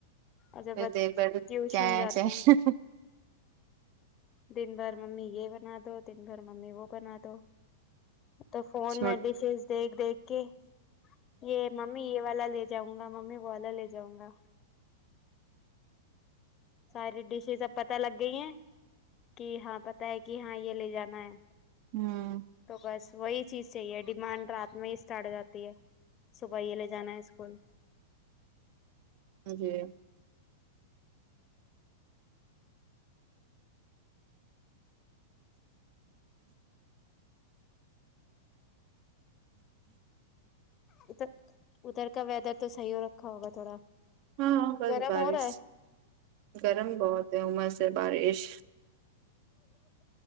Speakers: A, on the left (about 30°); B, on the right (about 50°).
A: اجابت
B: پھر دیکھ بھر
A: ٹیوشن
B: کیا
A: جاتا
B: چاہے
A: ہیں دن بھر ممی یہ بنا دو دن بھر ممی وہ بنا دو تو فون
B: چھوٹ
A: میں ڈشز دیکھ دیکھ کے یہ ممی یہ والا لے جاؤں گا ممی وہ والا لے جاؤں گا ساری ڈشز اب پتا لگ گئی ہیں کہ ہاں پتا ہے کہ ہاں یہ لے جانا ہے
B: ہمم
A: تو بس وہی چیز چاہیے ڈیمانڈ رات میں ہی اسٹارٹ ہو جاتی ہے صبح یہ لے جانا ہے اسکول
B: ہ جی
A: ادھر ادھر کا ویدر تو صحیح ہو رکھا ہوگا تھوڑا
B: ہاں ہاں بس
A: گرم
B: بارش
A: ہو رہا ہے
B: گرم بہت ہے عمر سے بارش